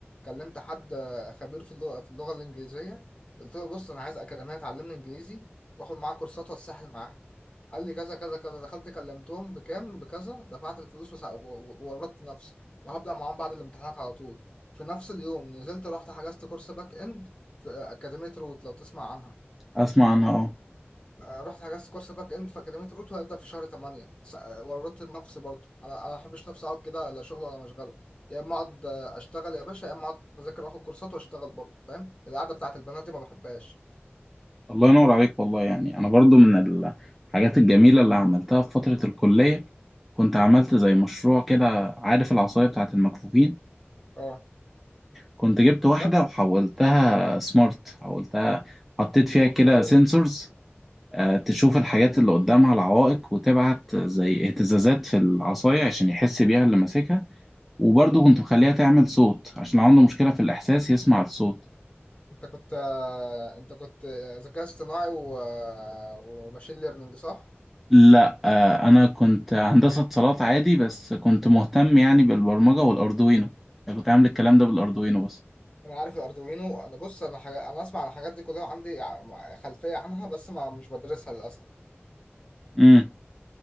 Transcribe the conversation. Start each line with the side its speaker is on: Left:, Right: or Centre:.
Left: كلمت حد آه، خبير في اللغه في اللغه الانجليزيه قلت له بص انا عايز اكاديميه تعلمني انجليزي واخد معاه كورسات واتسحل معاها قال لي كذا كذا كذا دخلت كلمتهم بكام بكذا دفعت الفلوس وسع- و- و- وورطت نفسي وهبدأ معاهم بعد الامتحانات على طول في نفس اليوم نزلت رحت حجزت كورس باك اند في أكاديمية روت لو تسمع عنها
Centre: اسمع عنها اه
Left: آه، رحت حجزت كورس باك اند في اكاديميه روت وهيبدا في شهر 8 س- آه، ورطت نفسي برضه انا انا ما بحبش نفسي اقعد كده لا شغل ولا مشغله يا اما اقعد آه، اشتغل يا باشا يا اما اقعد اذاكر واخد كورسات واشتغل برضه فاهم القعده بتاعت البنات دي ما بحبهاش
Centre: الله ينور عليك والله يعني انا برضو من الحاجات الجميله اللي عملتها في فتره الكليه كنت عملت زي مشروع كده عارف العصايه بتاعه المكفوفين
Left: اه
Centre: كنت جبت واحده
Left: بجد؟
Centre: وحولتها سمارت حولتها حطيت فيها
Left: الله اكبر
Centre: كده
Left: عليك
Centre: سنسورز تشوف الحاجات اللي قدامها العوائق وتبعت زي اهتزازات في العصايه عشان يحس بيها اللي ماسكها وبرضه كنت مخليها تعمل صوت عشان عنده مشكلة في الإحساس يسمع الصوت
Left: انت كنت آه، انت كنت آه، ذكاء اصطناعي و... آه، وماشين ليرنينج صح؟
Centre: لا آه، أنا كنت هندسة اتصالات عادي بس كنت مهتم يعني بالبرمجة والأردوينو أنا كنت عامل الكلام ده بالأردوينو بس
Left: انا عارف الاردوينو انا بص انا حاجة... انا اسمع عن الحاجات دي كلها عندي ع- خلفيه عنها بس ما مش بدرسها للاسف
Centre: امم